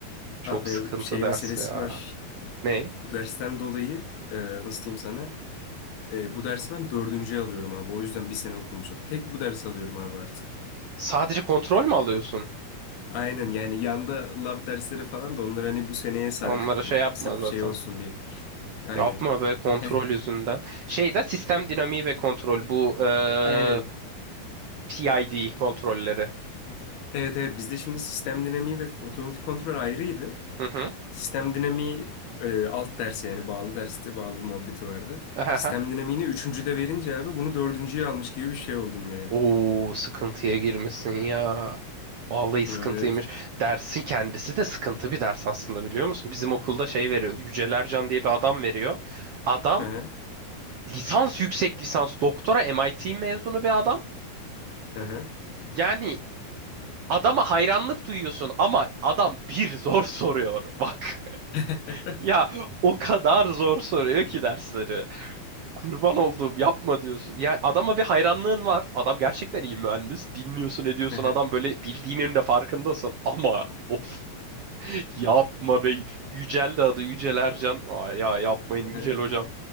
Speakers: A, on the right; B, on the left.
A: Çok
B: abi
A: sıkıntı
B: benim şey
A: dersi
B: meselesi
A: ya.
B: var.
A: Ne?
B: Bu dersten dolayı e, nasıl diyeyim sana? E, bu dersi ben dördüncüye alıyorum abi. O yüzden bir sene okulum uzadı. Tek bu dersi alıyorum abi artık.
A: Sadece kontrol mü alıyorsun?
B: Aynen yani yanda lab dersleri falan da onları hani bu seneye sarkıttım.
A: Ya Onlara şey yapma
B: Sırf
A: zaten.
B: şey olsun diye. Aynen.
A: Yapma be kontrol
B: <laughs>
A: yüzünden. Şey de sistem dinamiği ve kontrol bu eee,
B: Aynen.
A: PID kontrolleri.
B: Evet evet bizde şimdi sistem dinamiği ve otomatik kontrol ayrıydı.
A: Hı hı.
B: Sistem dinamiği e, alt dersi yani bağlı dersti, bağlı muhabbeti vardı.
A: Ahaha.
B: Sistem dinamiğini üçüncüde verince abi bunu dördüncüye almış gibi bir şey oldum yani.
A: Oo sıkıntıya girmişsin ya. Vallahi sıkıntıymış.
B: Evet.
A: Dersin kendisi de sıkıntı bir ders aslında biliyor musun? Bizim okulda şey veriyordu. Yücel Ercan diye bir adam veriyor. Adam
B: Hı hı.
A: lisans yüksek lisans doktora MIT mezunu bir adam.
B: Hı hı.
A: Yani adama hayranlık duyuyorsun ama adam bir zor soruyor. Bak.
B: <laughs>
A: Ya o kadar zor soruyor ki dersleri. Kurban olduğum yapma diyorsun. Yani adama bir hayranlığın var. Adam gerçekten iyi mühendis. Dinliyorsun ediyorsun
B: Hı hı.
A: adam böyle bildiğinin de farkındasın. Ama of yapma be. Yücel de adı Yücel Ercan. Aa, ya yapmayın
B: Hı
A: Yücel
B: hı.
A: hocam.